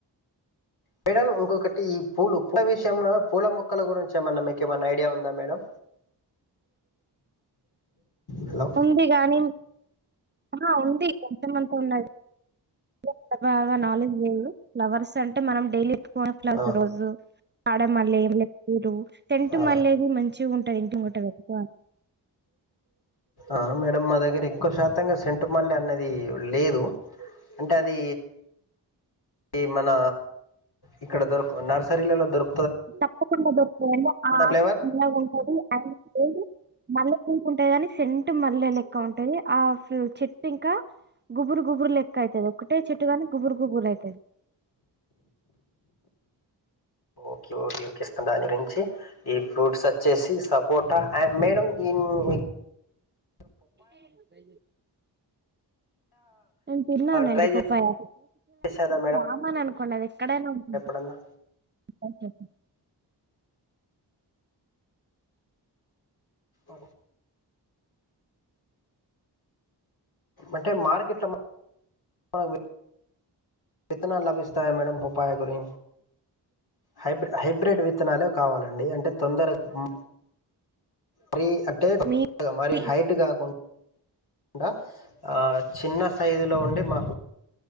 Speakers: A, on the left; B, on the right.
A: మేడం ఇంకొకటి పూలు పూల విషయంలో పూల మొక్కల గురించి ఏమన్నా మీకు ఏమైన్నా ఐడియా ఉందా మేడం హలో
B: ఉంది కాగాని ఆ ఉంది కొంతమంత ఉన్నాయి అంత బాగా నాలెడ్జ్ లేదు ఫ్లవర్స్ అంటే మనం డైలీ ఎప్పుకు ఫ్లవర్స్
A: ఆ
B: రోజు ఆడ మల్ల ఏమిరు సెంటు
A: ఆ
B: మల్లది మంచిగా ఉంటు టది ఇంట్లో వాటర్ ఎక్కువ
A: ఆ మేడంమ్ మా దగ్గర ఎక్కువ శాతంగా సెంటు మల్లె అన్నది లేదు అంటే అది ఈ మన ఇక్కడ దొరకవు నర్సరీలలో దొరుక
B: తప్పకుండా దొరుకుతాయి ఆ
A: ఫ్లేవర్
B: సీడ్ ఉంటది అండ్ సీడ్ మల్లె పువ్వు ఉంటాది కాగాని సెంట్ మల్లె లెక్క ఉంటుది ఆ చెట్టు ఇంకా గుబురు గుబురు లెక్క అతది ఒకటే చెట్టు గాని గుబురు గుబురు అయిత
A: ఓకే ఓకే ఇస్త దాని గురించి ఈ ఫ్రూట్స్ వచ్చేసి సపోటా అండ్ మేడం ఇన్ అ
B: హేతుభజే నేను తిన్నా లేండి
A: ట్రై
B: పప్పాయ
A: చేశారా
B: చామ అని అనుకోండిది ఎక్కడైనా ఉంటుంది
A: అన్నా
B: ఓకే
A: అ అంటే మార్కెట్లో బాగా విత్తనాలు లభిస్తాయి మేడమ్ పొపాయ గురిీ హైబడ్ హైబ్రిడ్ విత్తనాలే కావాలండి అంటే తొందరగా ఉ మరి అంటేగా
B: మీ
A: మరి
B: ట్రీ
A: హైట్ కాకుండా కాకుండా ఆ చిన్న సైజులో ఉండి మాకు